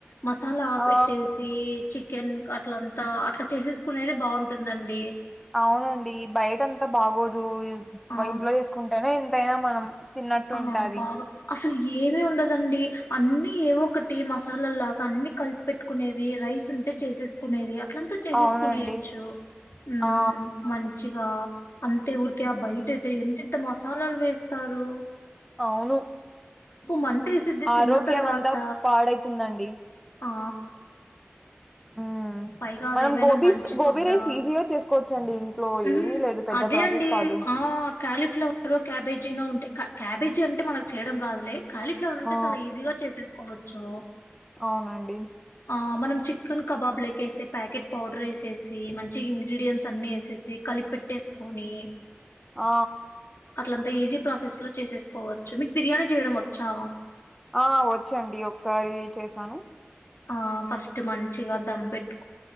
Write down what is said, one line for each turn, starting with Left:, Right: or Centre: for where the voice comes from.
Left: మసాలా
Centre: ఆ
Left: పెట్టేసి చీ చికెన్ అట్లంతా అట్లా చేసేసుకునేది బావుంటుందండి.
Centre: అవునండి బయట అంతా బాగోదు.
Left: ఆ
Centre: దు ఇంట్లో చేసుకుంటేనే అయినా మనం తిన్నట్టు
Left: ఆ
Centre: ఉంటది
Left: బాగొ అసలు ఎ ఏవి ఉండ దండి అన్నీ ఏ ఒకటి మస్ మసాలా లాగా అన్ని కలిపి పెట్టుకునేది. రైస్ ఉంటే చేసేసుకునేది. అ అట్లంతా చేసేసుకునేయచ్చు.
Centre: అవునండి
Left: హ్మ్
Centre: ఆ
Left: మంచిగా అంతే ఊర్ తె ఎంతెంత మసాలాలు వేస్ట్ తరు
Centre: అవును
Left: మంటేసిద్ది
Centre: ఆరోగ్యం
Left: తిన్న తర్వాత
Centre: అంతా పాడైతుందండి.
Left: ఆ
Centre: ఉమ్
Left: పైగా అదేమైనా
Centre: మనం గోబీ
Left: మంచి
Centre: గోబీ
Left: ఫుడ్డా
Centre: రైస్ ఈజీగా చేసుకోవచ్చండి ఇంట్లో
Left: హ్మ్
Centre: ఏమీ లేదు పెద్ద
Left: అదే
Centre: ప్రాసెస్
Left: అండి
Centre: కాదు
Left: ఆ కాలీఫ్లవరో క్యాబేజీనో ఉంటే క క్యాబేజీ అంటే మనకు చేయడం రాదులే. కాలీఫ్లవర్ ఉంటే
Centre: ఆ
Left: చాలా ఈజీగా చేసేసుకో చో
Centre: అవునండి.
Left: ఆ మనం చికెన్ కబాబ్ లె చేసే ప్యాకెట్ పౌడర్ వేసేసి మంచి ఇంగ్రీడియంట్స్ అన్ని వేసేసి కలిపి పెట్టేసుకోని
Centre: ఆ
Left: అట్లంతా ఈజీ ప్రాసెస్ లో చేసేసుకోవచ్చు. మీకు బిర్యానీ చేయడం వచ్చా
Centre: ఆ వచ్చండి ఒకసారి చేసాను.
Left: ఆ ఫస్ట్ మంచిగా దంపెట్టు